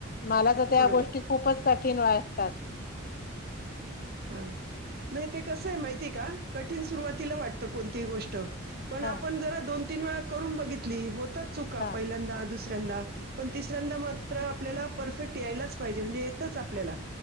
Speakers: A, on the left; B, on the right.
A: मला तर त्या
B: बरोबर.
A: गोष्टी खूपच कठीण वाटतात.
B: हा नाही ते कसं आहे माहितीय का? कठीण सुरुवातीला वाटत कोणती गोष्ट पण
A: हा
B: आपण जरा दोन तीन वेळा करून बघितली होता चुका
A: हा
B: पहिल्यांदा दुस यंदा पण तिसऱ्यांदा मात्र आपल्याला परफेक्ट यायलाच पाहिजे म्हणजे येतच आपल्याला.